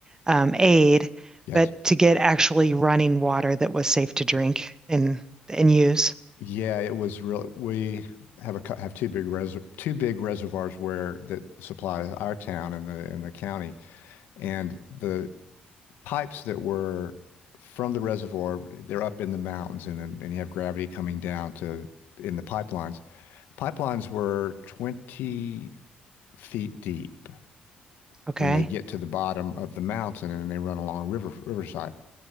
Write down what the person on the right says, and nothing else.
um, aid,
but to get actually running water that was safe to drink and and use.
Okay.